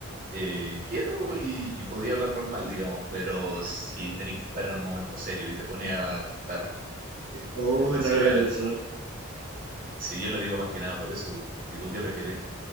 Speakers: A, on the right; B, on the right.
A: eh, quieto y, y podía hablar normal, digamos, pero si tenéis que estar en un momento serio y te pones a cantar,
B: Oh,
A: entonces
B: no lo
A: igual,
B: había pensado.
A: si yo lo digo más que nada por eso, bu. ¿y tú qué prefieres?